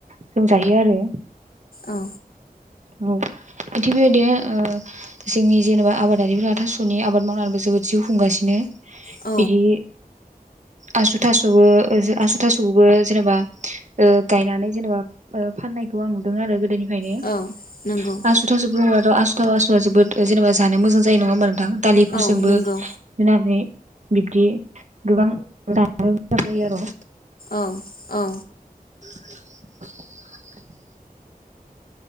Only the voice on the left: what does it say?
औ।
औ
औ नंगौ
औ नंगौ
औ औ।